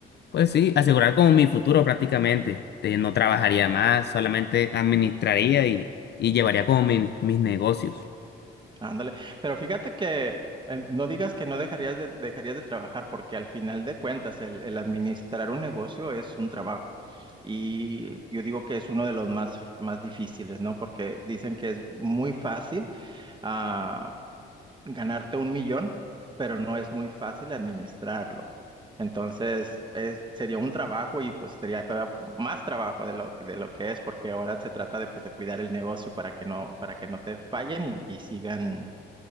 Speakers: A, on the left; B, on the right.
A: pues sí, asegurar como mi futuro prácticamente. Eh, no trabajaría más, solamente administraría y, y llevaría como mi- mis negocios.
B: ándale. Pero fíjate que eh, no digas que no dejarías de, dejarías de trabajar, porque al final de cuentas el, el administrar un negocio es un trabajo. Y yo digo que es uno de los más, más difíciles, ¿no? Porque dicen que es muy fácil ah, ganarte un millón, pero no es muy fácil administrarlo. Entonces, es, sería un trabajo y pues sería todavía más trabajo de lo, de lo que es, porque ahora se trata de, pues, de cuidar el negocio para que no, para que no te fallen y, y sigan